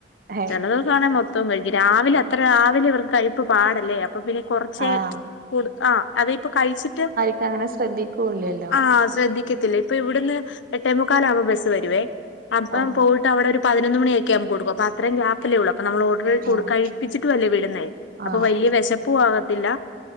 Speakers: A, on the right; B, on the left.
A: ഹേ
B: ചില ദിവസആണെ മൊത്തം കഴിക്കും രാവിലെ അത്ര രാവിലെ ഇവർക്ക് കയപ്പ് പാടല്ലേ അപ്പൊ പിന്നെ കുറച്ച്
A: ആഹ്
B: കൂടു ആ അത് ഇപ്പൊ കഴിച്ചിട്ട്
A: ഇത് അങ്ങനെശ്രെദ്ധികുല്ലേ
B: ആ ശ്രദ്ധിക്കത്തില്ല ഇപ്പൊ ഇവിടുന്ന് എട്ടേമുക്കാലവുമ്പോ ബസ്സ് വരുവേ അപ്പം
A: ഓഹ്
B: പോയി ട്ട് അവിടെ ഒരു പതിനൊന്ന് മണിഒക്കെ ആമ്പം കൊടുക്കും അപ്പം അത്രം ഉള്ളു അപ്പം നമ്മളോ കെ കുട്
A: ഓഹ്
B: കഴിപ്പിച്ചിട്ടു അല്ലേ വിടന്നെ അപ്പൊ
A: ആഹ്
B: വലിയ വിശപ്പും ആകത്തില്ല